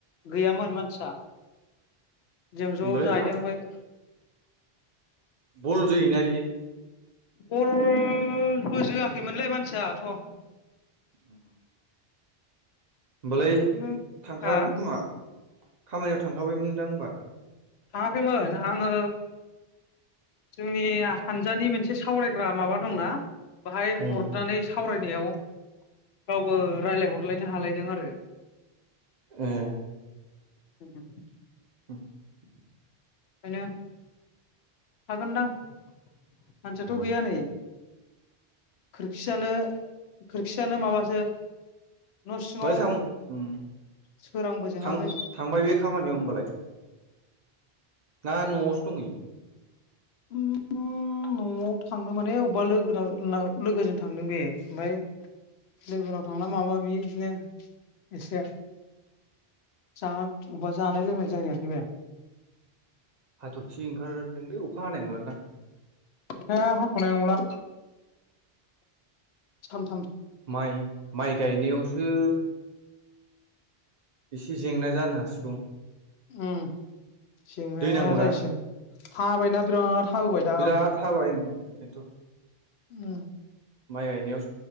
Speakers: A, on the left (about 80°); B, on the right (about 50°).
A: गैयामोन मानसिया जों ज'
B: होनबालाय
A: जाहैदों
B: था
A: ओमफाय
B: बल जोयोना इयो
A: बल बलबो जोआखैमोनलाय मान आसा
B: अ होमबालाय
A: बेखौनो
B: थांखाबायमोन
A: हा
B: खोमा खामानियाव थांखाबायमोनदां होमबा
A: थाङाखैमोन आङो जोंनि हानजानि मोनसे सावरायग्रा माबा दंना बाहाय
B: ए
A: हरनानै सावरायनायाव गावबो रायलायहरलायनो हालायदों आरो
B: ए
A: <inaudible>
B: <inaudible>
A: ओंखायनो हागोनदां मानसियाथ'
B: ओमफ्राय
A: गैया नै खोरखिजानो खोरखिजानो माबासो
B: <unintelligible>
A: न' सिङाव
B: थांबाय
A: सोरांबो जोङाखै
B: थांबाय बे थांबाय बे खामानियाव बालाय ना न'आवसो दङ
A: ओम न'आव थांनो माने अबेबा लोगो लोगोजों थांदों बे ओमफाय लोगोफोराव थांना माबा ब्दिनो एसे ज अबेबा जानाय लोंनाय जाहैआखै बे
B: हाथरखि ओंखारदोंलै अखा हानाय नंला दा
A: अखाया हाथ'नाय नंला सान
B: माइ माइ गायनायावसो एसे जेंना जानो हासिगौ
A: ओम जेंनाया
B: दै नांगौना
A: जाहैसिगोन हाबायना बिराद हाबोबाय दा
B: बिराद हाबाय खि
A: उम
B: माइ गायनायाव